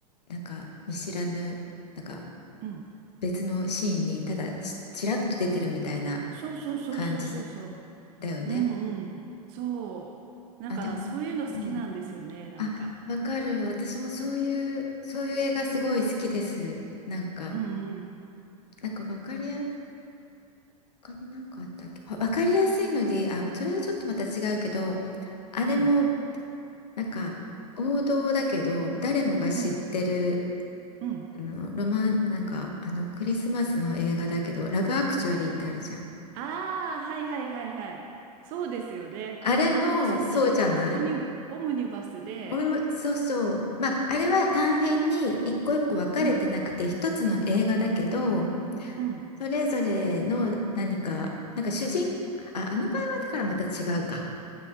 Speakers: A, on the left (about 80°); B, on the right (about 45°).
A: なんか見知らぬ、なんか
B: うん。
A: 別のシーンにただしちらっと出てるみたいな
B: そうそうそうそうそうそ
A: 感じだよね。
B: う。うんうん。そう。なんか、
A: あ、でも
B: そういうの好きなんですよね、
A: いい。
B: なんか。
A: あ、わかる。私もそういう、そういう映画すごい好きです。なんか、
B: うんうん
A: なんかわかりや、他になんかあったっけ？わわかりやすいので、あ、それはちょっとまた違うけど、あれも
B: うん
A: なんか王道だけど誰もが知ってる
B: うんうん
A: あのロマンなんかあのクリスマスの映画だけど「ラブアクチュアリー」ってあるじゃん。
B: ああー、はいはいはいはい。そうですよね。
A: あれもそうじゃない
B: あれもそうだったかな。オニ、オムニバスで。
A: おみもそうそうまああれは短編に一個一個分かれてなくて一つの映画だけど
B: うんうん
A: それぞれの何かなんか主人あ、あの場合はだからまた違うか